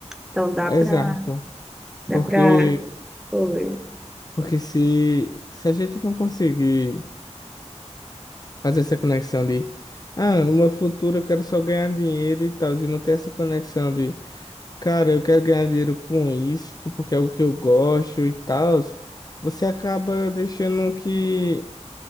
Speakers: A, in the centre; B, on the left.
A: Então, dá
B: exato.
A: para. Dá
B: Porque,
A: para Oi.
B: porque se, se a gente não conseguir fazer essa conexão de, ah, no meu futuro eu quero só ganhar dinheiro e tal, e não ter essa conexão de, cara, eu quero ganhar dinheiro com isso, porque é o que eu gosto e tal, você acaba deixando que